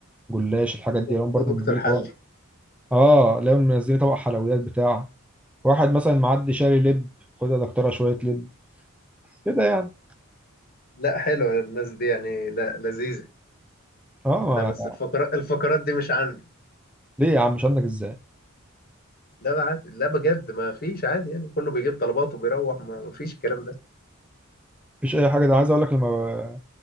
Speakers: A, in the centre; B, on the left.
A: جلاش
B: <laughs>
A: الحاجات دي
B: اتفضل
A: هم برضه
B: يا دكتور
A: منزلين
B: حلي
A: طبق اه لهم منزلين طبق حلويات بتاع واحد مثلا معدي شاري لب خد يا دكتوره شويه لب كده يعني
B: لا حلوه الناس دي يعني لا لذيذه
A: اه
B: لا بس
A: ما...
B: الفقرات الفقرات دي مش عندي
A: ليه يا عم مش عندك ازاي
B: لا بقى عادي لا بجد ما فيش عادي يعني كله بيجيب طلباته وبيروح ما ما فيش الكلام ده
A: مفيش اي حاجه ده عايز اقول لك لما